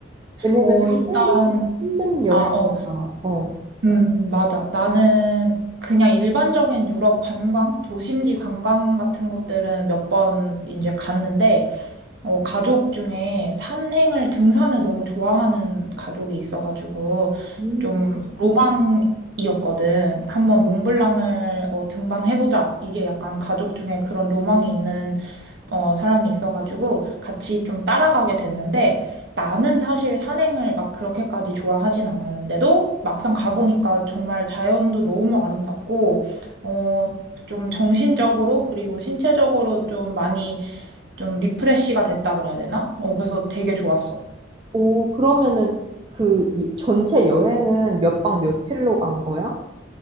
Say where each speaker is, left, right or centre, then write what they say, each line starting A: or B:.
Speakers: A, on the right (about 25°); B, on the right (about 65°).
A: 왜냐면
B: 어,
A: 좀
B: 일단,
A: 힘든, 힘든 여행이잖아.
B: 아, 어,
A: 어.
B: 음, 맞아. 나는 그냥 일반적인 유럽 관광, 도심지 관광 같은 것들은 몇 번 이제 갔는데, 어, 가족 중에 산행을, 등산을 너무 좋아하는 가족이 있어가지고,
A: 음.
B: 좀 로망이었거든. 한번 몽블랑을 어, 등반해보자. 이게 약간 가족 중에 그런 로망이 있는 어, 사람이 있어가지고, 같이 좀 따라가게 됐는데, 나는 사실 산행을 막 그렇게까지 좋아하진 않았는데도 막상 가보니까 정말 자연도 너무 아름답고, 어, 좀 정신적으로 그리고 신체적으로 좀 많이 좀 리프레시가 됐다 그래야 되나? 어, 그래서 되게 좋았어.
A: 오, 그러면은 그 이- 전체 여행은 몇 박 며칠로 간 거야?